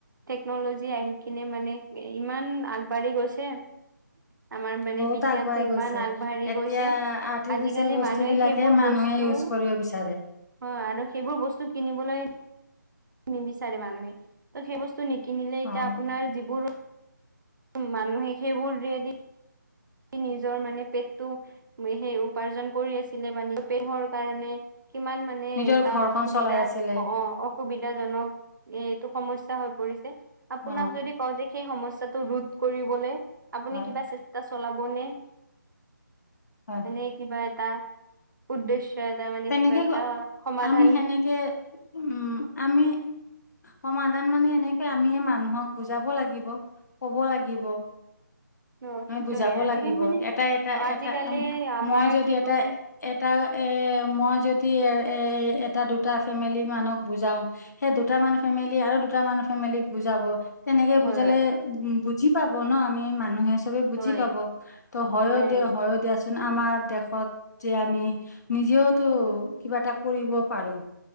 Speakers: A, on the right; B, on the left.
A: তেকনলিজী আহি <unintelligible> কিনে মানে ইমান আগবাঢ়ি গৈছে। আমাৰ মানে
B: বহুত
A: বিজ্ঞানতটো
B: আগুৱাই
A: ইমান
B: গৈছে।
A: আগবাঢ়ি
B: এতিয়া
A: গৈছে
B: আৰ্টিফিচিয়েল
A: আজিকালি
B: বস্তু
A: মানুহে
B: বিলাকে
A: সেইবোৰ
B: মানুহে
A: বস্তু
B: ইউজ
A: হয়
B: কৰিব বিচাৰে।
A: আৰু সেইবোৰ বস্তু কিনিবলৈ নিবিচাৰে মানুহে ত সেই বস্তু নিকিনিলে
B: অ',
A: এতিয়া আপোনাৰ যিবোৰ মানুহে সেইবোৰ দিদি নিজৰ মানে পেটটো সেই উপাৰ্জন কৰি আছিলে বানে পেহৰ কাৰণে <unintelligible> কিমান মানে
B: নিজৰ
A: তাৰ
B: ঘৰখন
A: অসুবিধা
B: চলাই আছিলে
A: অ অসুবিধাজনক এ এইটো সমস্যা হৈ পৰিছে আপোনাক
B: অ',
A: যদি কওঁ যে সেই সমস্যা টো ৰোধ কৰিবলে <unintelligible> আপুনি
B: হয়,
A: কিবা চেষ্টা চলাবনে
B: হয়,
A: মানে কিবা এ <unintelligible> তা উদ্দেশ্য <unintelligible>
B: তেনেকে
A: কিবা এটা সমাধান
B: আমি সেনেকে উম আমি সমাধান মানে এনেকে আমিয়ে মানুহক বুজাব লাগিব কব লাগিব।
A: অ
B: আমি
A: সেইটোয়ে
B: বুজাব
A: আজিকালি
B: লাগিব
A: মানে
B: এটা এটা
A: আজিকালি
B: এটা উম,
A: আমাৰ
B: মই যদি
A: কি
B: এটা
A: কয়। <inaudible>
B: এটা এ মই যদি এ এ এটা দুটা ফেমিলি মানুক বুজাও সেই দুট মান ফেমিলি আৰু <unintelligible> দুটা মান ফেমিলি ক বুযাব তেনেকে
A: হয়
B: বোজালে বুজি পাব আমি মানুহে <unintelligible> চে বুজি
A: হয়
B: পাব ত হদিয়
A: সেয়াই
B: হ দিয় <unintelligible> ন আমাৰ দেশত যে আমি নিজেওতো কিবা এটা কৰিব পাৰো।